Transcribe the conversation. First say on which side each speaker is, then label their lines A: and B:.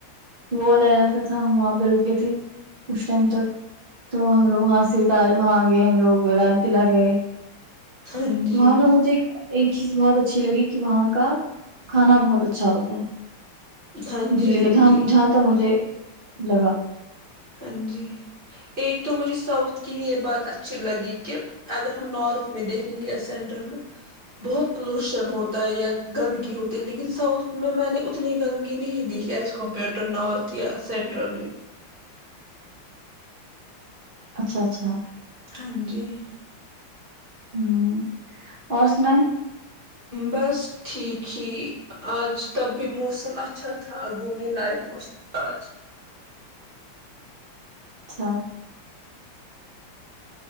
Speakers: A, on the right; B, on the right.
A: وہ ال عق تھا ہم وہاں بالکل تھے اس ٹائم تک تو ہم لوگ وہاں سے وہاں گئے ہم لوگ لال قلعہ گئے
B: ہاں جی
A: وہاں کا مجھے ایک چیز بہت اچھی لگی کہ وہاں کا کھانا بہت اچھا ہوتا ہے
B: ہاں جی
A: دلی
B: ہاں
A: کا جہاں
B: جی
A: جہاں تھا مجھے لگا
B: ہاں جی ایک تو مجھے ساؤتھ کی یہ بات اچھی لگی کہ اگر ہم نارتھ میں دیکھیں گے یا سینٹرل میں بہت پلوشن ہوتا ہے یا گندگی ہوتی ہے لیکن ساؤتھ میں میں نے اتنی گندگی نہیں دیکھی ایز کمپیئر ٹو نارتھ یا سینٹرل میں
A: اچھا اچھا
B: ہاں جی
A: ہوں اور سنائ
B: بس ٹھیک ہی آج تب بھی موسم اچھا تھا گھومنے لائق موسم آج
A: اچھا